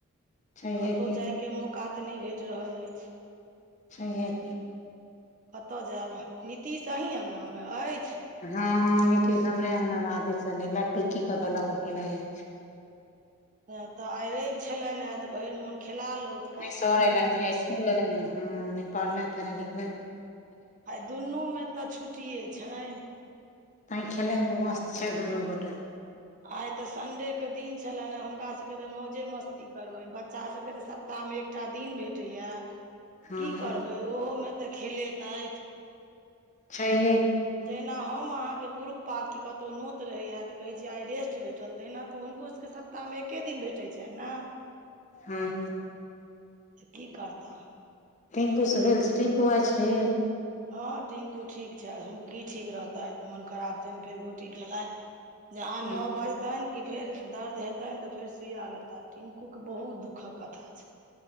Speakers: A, on the left; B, on the right.
A: छैहे
B: कतहु
A: की
B: जायके मौका तऽ नहि भेट रहल अछि।
A: छैहे
B: कतऽ जायब नीतीश अहीं अङगनामे अछि।
A: हँ-हँ नीतीश हमरे अङ्गनामे बदीसँ ने लट्टू की कतय लऽ कऽ खेलाैत अछिइ।
B: तऽ आइ रवि छलनि हे तऽ भरि मोन खेला लैथ।
A: नहि सर लंग इसकुल ए ह नहि पढ़ल नहि लिखल
B: आइ दुनूमे तऽ छुट्टिये छै।
A: तै खेलयमे मस्त छै दुनू गोटा।
B: आइ तऽ सडेके दिन छलनि हे हुनका सभके तऽ मौजे मस्ती करबनि बच्चाभके तऽ सभ क्ता मे एकटा दिन भेटैया
A: हँ
B: की करबै ओहो मे तऽ खेलेत अछि
A: छैही
B: जहिना हम अहाँके पुरुष पातके कतहु नोत रहैया तऽ कहैत छीै आइ रेस्ट भेटल तहिना तऽ हुनकोसभके सभ प्तामे एके दिन भेटैत छै ने
A: हँ।
B: तऽ की करताह
A: टिनकू से भेल छै टंकु आइ छैी
B: हँ टिनकू ठीक छै हुकी ठीक रहतथि मोन खराब छनि फेर गोटी खेलाथ जहाँ
A: तै
B: नो बजतनि की फेर दर्द हेतनि ते फेर सुइया लेता टिनकूके बहुत दुःखक कथा छ